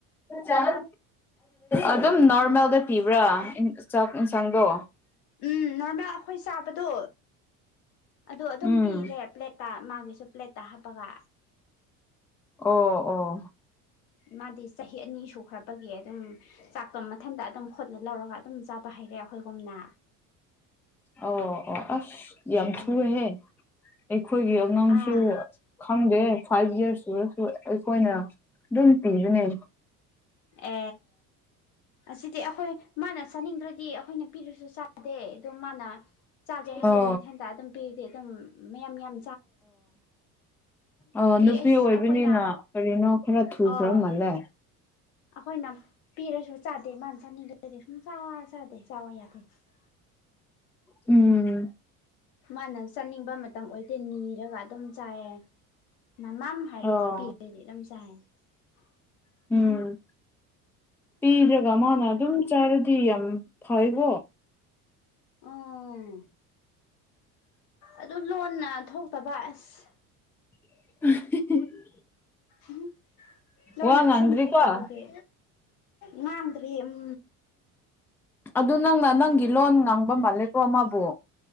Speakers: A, in the centre; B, on the left (about 75°).
A: ꯆꯥꯟ ꯑꯗꯨꯝ ꯅꯣꯔꯃꯦꯜꯗ ꯄꯤꯕ꯭ꯔꯥ ꯆꯥꯛ ꯌꯦꯟꯁꯥꯡꯗꯣ
B: ꯎꯝ ꯅꯣꯔꯃꯦꯜ ꯑꯩꯈꯣꯏ ꯆꯥꯕꯗꯣ ꯑꯗꯣ ꯑꯗꯨꯝ
A: ꯎꯝ
B: ꯄꯤꯔꯦ ꯄ꯭ꯂꯦꯠꯇ ꯃꯥꯒꯤꯁꯨ ꯄ꯭ꯂꯦꯠꯇ ꯍꯥꯞꯄꯒ
A: ꯑꯣ ꯑꯣ
B: ꯃꯥꯗꯤ ꯆꯍꯤ ꯑꯅꯤ ꯁꯨꯈ꯭ꯔꯕꯒꯤ ꯑꯗꯨꯝ ꯆꯥꯛꯇꯣ ꯃꯊꯟꯇ ꯑꯗꯨꯝ ꯈꯨꯠꯅ ꯂꯧꯔꯒ ꯑꯗꯨꯝ ꯆꯥꯕ ꯍꯩꯔꯦ ꯑꯩꯈꯣꯏꯒꯨꯝꯅ
A: ꯑꯣ ꯑꯣ ꯑꯁ ꯌꯥꯝꯊꯨꯋꯦꯍꯦ
B: ꯑꯗꯨꯒꯤ
A: ꯑꯩꯈꯣꯏꯒꯤ ꯑꯉꯥꯡꯁꯦ
B: ꯑꯥ
A: ꯈꯪꯗꯦ ꯐꯥꯏꯚ ꯌ꯭ꯔ ꯁꯨꯔꯁꯨ ꯑꯩꯈꯣꯏꯅ ꯑꯗꯨꯝ ꯄꯤꯕꯅꯦ
B: ꯑ ꯑꯁꯤꯗꯤ ꯑꯩꯈꯣꯏ ꯃꯥꯅ ꯆꯥꯅꯤꯡꯗ꯭ꯔꯗꯤ ꯑꯩꯈꯣꯏꯅ ꯄꯤꯔꯁꯨ ꯆꯥꯗꯦ ꯑꯗꯨꯝ ꯃꯥꯅ ꯆꯥꯒꯦ ꯍꯥꯏꯗꯤ
A: ꯑꯣ
B: ꯃꯊꯟꯇ ꯑꯗꯨꯝ ꯄꯤꯔꯗꯤ ꯃꯌꯥꯝ- ꯃꯌꯥꯝ
A: ꯑꯣ ꯑ ꯅꯨꯄꯤ
B: ꯑꯩꯁ
A: ꯑꯣꯏꯕꯅꯤꯅ
B: ꯑꯩꯈꯣꯏꯅ
A: ꯀꯔꯤꯅꯣ ꯈꯔ ꯊꯨꯈ꯭ꯔ
B: ꯑꯥ
A: ꯃꯥꯜꯂꯦ
B: ꯑꯩꯈꯣꯏꯅ ꯄꯤꯔꯁꯨ ꯆꯥꯗꯦ ꯃꯥꯅ ꯆꯥꯅꯤꯡꯕꯗꯗꯤ ꯁꯨꯡꯆꯥ ꯆꯥꯗꯦ ꯆꯥꯎꯕ ꯌꯥꯗꯦ <unintelligible>
A: ꯎꯝ
B: ꯃꯥꯅ ꯆꯥꯅꯤꯡꯕ ꯃꯇꯝ ꯑꯣꯏꯗꯦ ꯅꯤꯔꯒ ꯑꯗꯨꯝ ꯆꯥꯏꯌꯦ ꯃꯃꯝ ꯍꯥꯏꯔꯗꯤ
A: ꯑꯣ
B: ꯄꯤꯔꯗꯤ ꯑꯗꯨꯝ ꯆꯥꯏ ꯎ
A: ꯎꯝ
B: <unintelligible>
A: ꯄꯤꯗ꯭ꯔꯒ ꯃꯥꯅ ꯑꯗꯨꯝ ꯆꯥꯔꯗꯤ ꯌꯥꯝ ꯐꯩꯀꯣ
B: ꯑꯣ ꯑꯗꯨꯅꯣꯟꯅ ꯑ ꯊꯣꯛꯇꯕ ꯑꯁ
A: <unintelligible>
B: ꯎꯝ ꯂꯣꯟꯅ
A: ꯋꯥ ꯉꯥꯡꯗ꯭ꯔꯤꯀꯣ
B: ꯐꯖꯟ ꯊꯣꯛꯇꯕꯒꯤ ꯉꯥꯡꯗ꯭ꯔꯤ ꯎꯝ
A: ꯑꯗꯨ ꯅꯪꯅ- ꯅꯪꯒꯤ ꯂꯣꯟ ꯉꯥꯡꯕ ꯃꯥꯜꯂꯦꯀꯣ ꯃꯥꯕꯨ